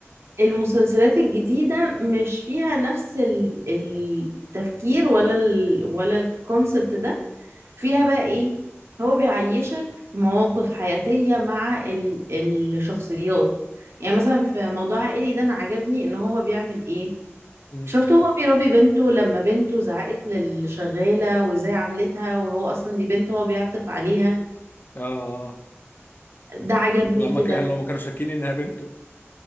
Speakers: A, on the right; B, on the left.
A: المسلسلات الجديدة مش فيها نفس ال- التفكير ولا ال ولا الكونسبت ده فيها بقى ايه هو بيعيشك مواقف حياتية مع ال الشخصيات يعني مثلا في موضوع عائلي ده انا عجبني ان هو بيعمل ايه
B: مم.
A: شفته هو بيربي بنته لما بنته زعقت للشغالة وازاي عملتها وهو اصلا دي بنته هو بيعطف عليها
B: اه اه
A: ده عجبني
B: لما
A: كده
B: كان لما كانوا شاكين انها بنته